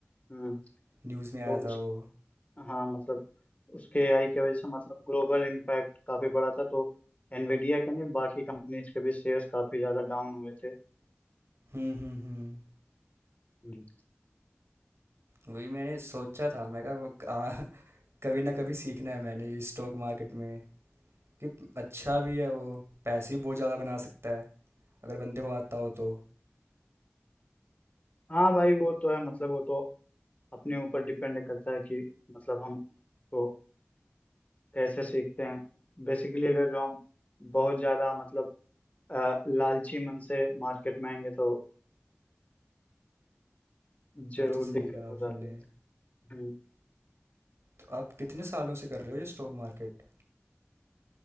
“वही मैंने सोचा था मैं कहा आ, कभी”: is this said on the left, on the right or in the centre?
Right